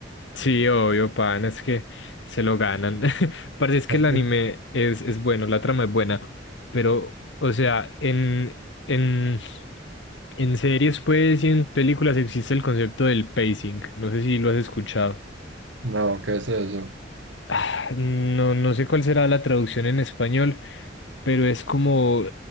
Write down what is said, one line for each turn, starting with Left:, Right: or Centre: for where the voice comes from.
Left: Sí, obvio, pan, es que se lo ganan. <laughs> Parece es que
Right: No Es
Left: el anime
Right: que-
Left: es, es bueno, la trama es buena, pero, o sea, en, en, en series, pues, y en películas existe el concepto del pacing. No sé si lo has escuchado.
Right: No, ¿qué es eso?
Left: Ah, No, no sé cuál será la traducción en español, pero es como,